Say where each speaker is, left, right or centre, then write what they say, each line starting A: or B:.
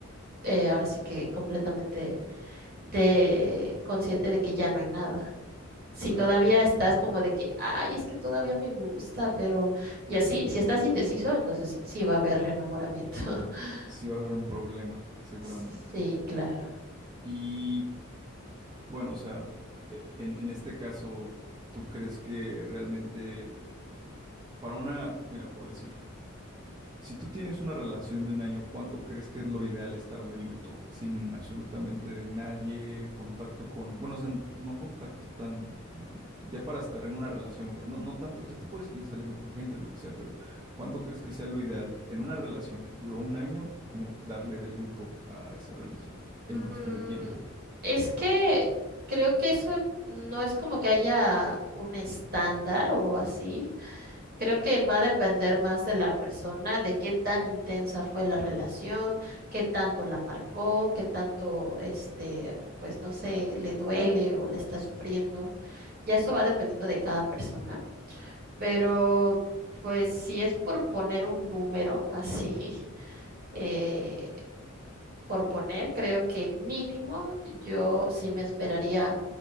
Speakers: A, on the right; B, on the right.
A: eh, ahora sí que completamente de, consciente de que ya no hay nada. si
B: Claro.
A: todavía estás como de que, ay, es que todavía me gusta, pero y así, si estás indeciso, entonces sí, sí va a haber reenamoramiento. <laughs>
B: sí va a haber un problema, seguramente.
A: Sí, claro.
B: Y bueno, o sea, e- en, en este caso, ¿tú crees que realmente para una, mira, por decir, Si tú tienes una relación de un año, ¿cuánto crees que es lo ideal estar de luto? Sin absolutamente de nadie, contacto con, bueno, o sea, no contacto tan, ah, ya para estar en una relación, pues no, no tanto, o sea, te puedes seguir saliendo con gente, lo que sea, pero ¿cuánto crees que sea lo ideal en una relación que duró un año, como darle de luto a esa relación
A: Mm,
B: en cuestión de tiempo?
A: es que creo que eso no es como que haya un estándar o así. Creo que va a depender más de la persona, de qué tan intensa fue la relación, qué tanto la marcó, qué tanto, este, pues no sé, le duele o le está sufriendo. Ya eso va dependiendo de cada persona, pero pues si es por poner un número así, <laughs> eh, por poner, creo que mínimo yo sí me esperaría